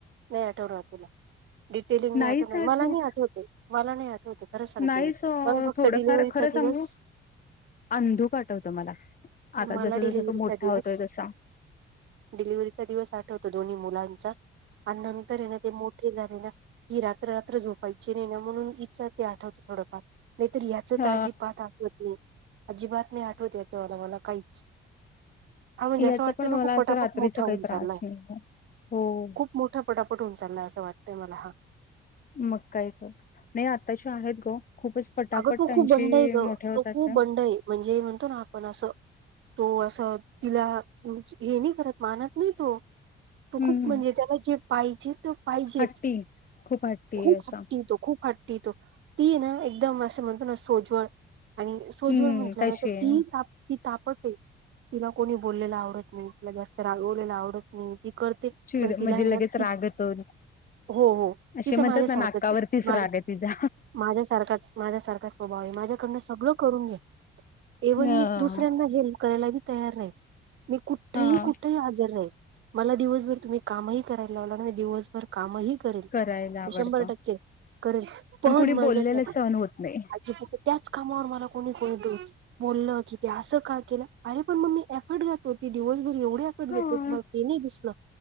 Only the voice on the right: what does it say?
नाही आठवणार तुला डिटेलिंग नाही
आठवणार.
मला नाही आठवते, मला नाही आठवते. खरं सांगते
मी
मला फक्त
डिलिव्हरीचा
दिवस
मला
डिलिव्हरीचा
दिवस
डिलिव्हरीचा दिवस आठवतो दोन्ही मुलांचा आणि नंतर लगे ते मोठे झाले ना ही रात्र रात्र झोपायची नाही ना म्हणून हिच ते आठवतो थोडंफार नाही तर हिला हीच
तर अजिबात आठवत नाही. अजिबात नाही आठवत याच म मला काहीच. हा म्हणजे
असं वाटतं
ना
खूप पटापट
मोठा होऊन
चाललाय.
<inaudible>
खूप मोठा पटापट होऊन चाललाय असं वाटतंय मला हा.
अगं तू
खूप बंड आहे ग
तो खूप
बंड आहे म्हणजे म्हणतो ना आपण असं तो असं तिला हे नाही करत मानत नाही तो. तो
खूप म्हणजे त्याला जे पाहिजे तो पाहिजेच.
खूप
हट्टी आहे तो खूप हट्टी तो. ती ना एकदम असं म्हणतो ना सोजवळ. आणि सोजवळ
म्हटलं
ना तर
ती ती तापडते तिला कोणी बोललेल आवडत नाही. तिला जास्त रागवलेला आवडत नाही, ती करते
पण तिला
आहे ना
ती
हो हो
तीच
माझ्यासारखंच
आहे. माझ्या
माझ्यासारखाच माझ्या माझ्यासारखाच स्वभाव आहे माझ्याकडन सगळं करून घे. ए वन
मी दुसऱ्यांना <unintelligible> करायला बी तयार नाही. मी कुठंही
कुठंही हजर राहीन. मला दिवसभर तुम्ही कामही करायला लावला ना दिवस भर कामही करेन.
शंभर टक्के करेन. पण
माज्या
त्यात
अजीबातच त्याच कामावर मला कोणी बोलतोच बोललं कि ते असं का केलं? अरे पण मग मी एफर्ट घा तो ती दिवसभर एवढी आकट
घेतो तुम्हाला ते नाही दिसल